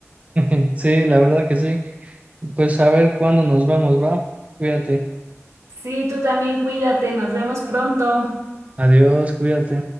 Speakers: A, on the right; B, on the right.
A: <laughs> Sí, la verdad que sí. Pues a ver cuándo nos vemos, va. Cuídate.
B: Sí, tú también cuídate, nos vemos pronto.
A: Adiós, cuídate.